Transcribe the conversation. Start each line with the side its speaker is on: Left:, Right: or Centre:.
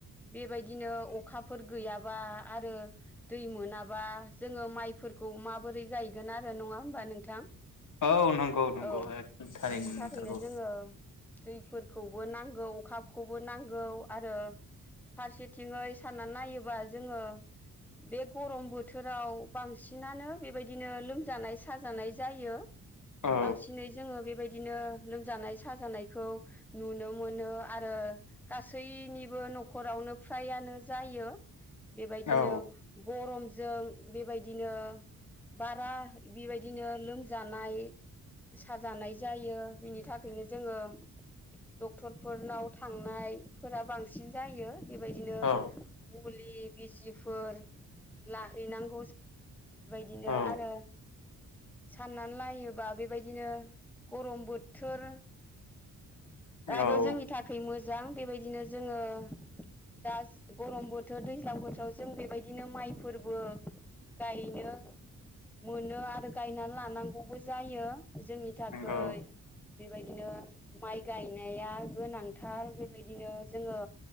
Centre: बेबायदिनो अखा फोर गैयाबा आरो दै मोनाबा जोङो माइफोरखौ माबोरै गायगोन आरो नङा होमबा नोंथां
Left: औ नंगौ नंगौ
Centre: औ
Left: थारैनो
Centre: बिनि
Left: नंथारगौ
Centre: थाखायनो जोङो दैफोरखौबो नांगौ अखाखौबो नांगौ आरो फारसेथिङै साननानै नायोबा जोङो बे गरम बोथोराव बांसिनानो बेबायदिनो लोमजानाय साजानाय जायो।
Left: औ
Centre: बांसिनै जोङो बेबायदिनो लोमजानाय साजानायखौ नुनो मोनो आरो गासैनिबो नखरावनो फ्राया नो जायो बेबायदिनो
Left: औ
Centre: गरमजों बेबायदिनो बारा बेबायदिनो लोमजानाय साजानाय जायो बिनि था खैनो जोङो डक्टरफोरनाव थांनाय फोरा बांसिन जायो। बेबायदिनो
Left: औ
Centre: मुलि बिजिफोर लाहैनांगौ बेबायदिनो
Left: औ
Centre: आरो साननानै लायोबा बेबायदिनो गरम बोथोर आबो
Left: औ
Centre: जोंनि थाखाय मोजां बेबायदिनो जोङो दा जा गरम बोथोर दैज्लां बोथोराव जों बेबायदिनो माइफोरबो गायनो मोनो आरो गायना लानांगौबो जायो। जोंनि थाखै
Left: नंगौ
Centre: बेबायदिनो माइ गायनाया गोनांथार बेबायदिनो जोङो